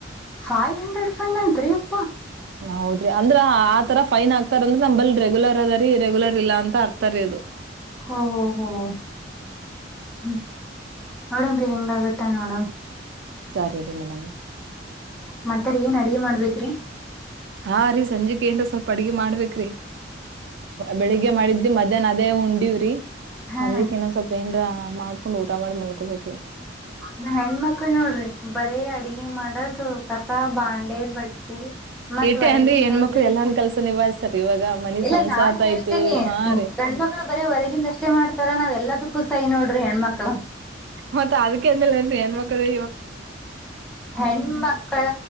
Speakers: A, in the centre; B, on the right.
A: ಫೈವ್ ಹಂಡ್ರೆಡ್ ಫೈನ್ ಅಂತಾ ರಿ ಯಪ್ಪಾ
B: ಹೌದ್ರಿ ಅಂದ್ರ ಆ ತರ ಫೈನ್ ಹಾಕತಾರೆ ಅಂದ್ರೆ ನಮ್ಮಬಲ್ಲಿ ರೆಗ್ಯುಲರ್ ಅದ ಇರ ರೆಗ್ಯುಲರ್ ಇಲ್ಲ ಅಂತ ಅರ್ಥ ಅದು
A: ಹಾ ಹ್ಮ ಹ್ಮ ಹ್ಮ್ ನೋಡಮ್ ರಿ ಹೆಂಗ ಆಗತ್ತಾ ನೋಡಮ್
B: ಸರಿ ರೀ ಮೇಡಮ
A: ಮತ್ತರಿ ಏನ್ ಅಡುಗಿ ಮಾಡಬೇಕ್ ರಿ
B: ಹಾ ರೀ ಸಂಜಿಕ್ ಏನರ್ ಸ್ವಲ್ಪ ಅಡುಗೆ ಮಾಡಬೇಕ್ ರಿ ಬೆಳಿಗ್ಗೆ ಮಾಡಿದ್ರಿ ಮಧ್ಯಾಹ್ನ ಅದೇ ಉಂಡಿವಿ ರಿ
A: ಹಾ
B: ಸಂಜೆಕ್ ಇನ್ನೊಂದ ಸ್ವಲ್ಪ ಏನ್ರಾ ಮಾಡ್ಕೊಂಡ್ ಊಟ ಮಾಡಿ ಮಲ್ಕೋಬೇಕ್ ರಿ
A: ನಾ ಹೆಣ್ಮಕ್ಳ ನೋಡ್ರಿ ಬರೇ ಅಡಗೆ ಮಾಡ ಕಸ ಬಾಂಡ ಬಟ್ಟಿ ಮತ್ತ್
B: ಏಟೆ
A: ಹೊರಗಿಂದ
B: ಅನ್ರಿ ಹೆಣ್ಮಕ್ಳು
A: ನೋಡ್ಬೇಕ
B: ಎಲ್ಲಾನ್ ಕೆಲ್ಸ ನಿಭಾಯಿಸ್ತಾರ ಇವಾಗ ಮನಿ
A: ಇಲ್ಲ
B: ಸಂಸಾರ್ದ
A: ನಾನ್ ಹೇಳ್ತೀನಿ
B: ಆಯ್ತು ಹಾ ರೀ
A: ಗಣ್ಮಕ್ಳು ಬರೀ ಹೊರಗಿಂದಷ್ಟೇ ಮಾಡ್ತಾರ ನಾವ್ ಎಲ್ಲದಕ್ಕೂ ಸೈ ನೋಡ್ರಿ ಹೆಣ್ಮಕ್ಳ
B: ಮತ್ತ ಅದಕ ಅದಕಂದಲೇ ಹೆಣ್ಮಮಕ್ಕಳೇ
A: ಹೆಣ್ಮಕ್ಕಳ